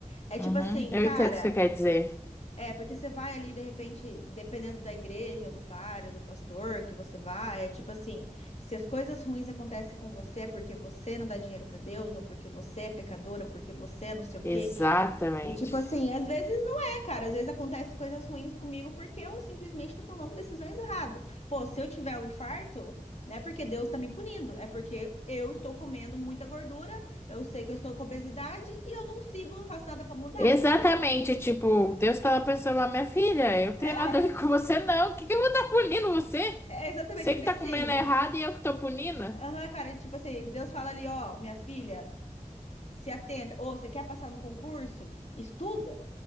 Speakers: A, on the left; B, on the left.
A: é tipo
B: uhum,
A: assim,
B: eu
A: cara.
B: entendo o que você quer dizer.
A: É, porque você vai ali, de repente, dependendo da igreja, ou do padre, ou do pastor que você vai, é tipo assim, se as coisas ruins acontecem com você é porque você não dá dinheiro pra Deus, ou porque você é pecadora, porque você é não sei o quê.
B: Exatamente.
A: E tipo assim, às vezes não é, cara. Às vezes acontecem coisas ruins comigo porque eu simplesmente tô tomando decisões erradas. Pô, se eu tiver um infarto, não é porque Deus tá me punindo, é porque eu estou comendo muita gordura, eu sei que eu estou com obesidade e eu não sigo, não faço nada pra mudar,
B: Exatamente,
A: entendeu?
B: tipo, Deus tava pensando lá, minha filha, eu tenho
A: É
B: nada a ver com você, não. O que que eu vou estar punindo você?
A: é exatamente,
B: Você
A: ele
B: que
A: bem
B: tá
A: assim.
B: comendo errado e eu que tô punindo?
A: Aham, cara, tipo assim, Deus fala ali, ó, minha filha, se atenta. Ou você quer passar no concurso? Estuda.